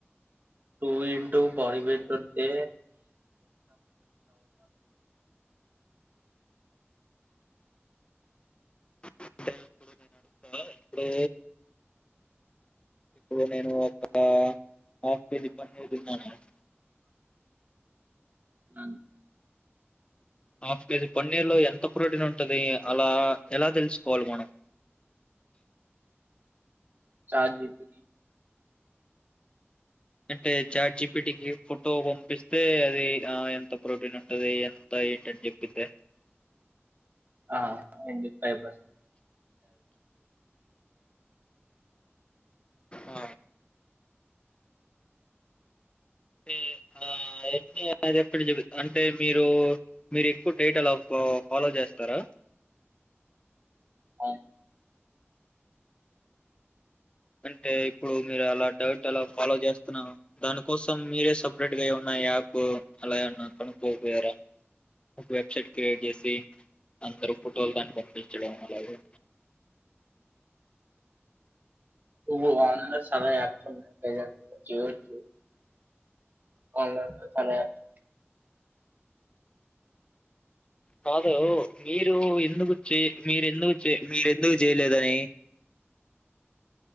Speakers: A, on the right (about 45°); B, on the left (about 25°).
A: టూ ఇంటు బాడీ వెయిట్ ఉంటే
B: అంటే ఇప్పుడు నేను అడుగుతా, ఇప్పుడే ఇప్పుడు నేను ఒక అఫ్ కేజీ పన్నీర్ తిన్నానన్.
A: అ
B: హాఫ్ కేజీ పన్నీర్ లో ఎంత ప్రోటీన్ ఉంటుది, అలా ఎలా తెలుసుకోవాలి మనం.
A: చాట్ జీ పిటి
B: అంటే చాట్ జీపీటీ కి ఫుటో పంపిస్తే, అది ఆ ఎంత ప్రోటీన్ ఉంటది, ఎంత ఏంటని చెప్పిద్దా.
A: ఆ <inaudible>
B: ఆ తే ఆ ఎన్ని ఆర్ బ్ ఇప్పుడు చూడు అంటే మీరు మీరు ఎక్కువ డైటు అలా ఫాలో చేస్తారా.
A: అ
B: అంటే ఇప్పుడు మీరు అలా డట్ అలా ఫాలో చేస్తున్నావ్, దానికోసం మీరే సపరేట్ గా ఏమన్నా యాప్ అలా ఏమన్నా కనుక్కోపోయార, ఒక వెబ్సైట్ క్రియేట్ చేసి అందరు ఫోటోలు దాన్ని పంపించడం అలాగే.
A: తుబు అలనే చాలా ఆప్స్ ఉన్నాయి ప్రెసెంట్ జు జూ ఆగాగు చాలా యాప్స్ ఉన్నా
B: కాదు మీ మీరు ఎందుకు చే మీర్ ఎందుకు చే మీర్ ఎందుకు చేయలేదని.